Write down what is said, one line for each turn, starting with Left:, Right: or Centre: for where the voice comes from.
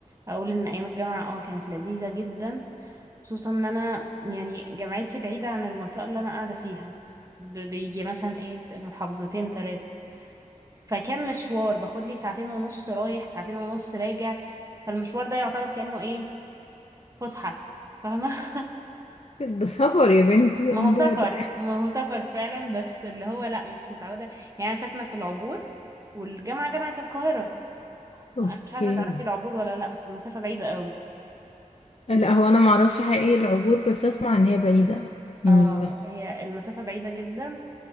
Right: اقول ان ايام الجامعه اه كانت لذيذه جدا خصوصا ان انا يعني جامعتي بعيده عن المنطقه اللي انا قاعده فيها ب- بيجي مثلا ايه محافظتين ثلاثه فكان مشوار باخد لي ساعتين ونص رايح ساعتين ونص راجع فالمشوار ده يعتبر كانه ايه فسحه فاهمه
Left: ده سفر يا بنتي يعني
Right: ما هو سفر
Left: ده ده
Right: ما هو سفر فعلا بس اللي هو لا مش متعودة يعني أنا ساكنة في العبور والجامعة جامعة القاهرة
Left: اوكي
Right: أنا مش عارفة تعرفي العبور ولا لا بس المسافة بعيدة قوي
Left: لا هو انا معرفش حقيقي العبور بس اسمع ان هي بعيدة يعني
Right: اه
Left: بس
Right: هي المسافة بعيدة جدا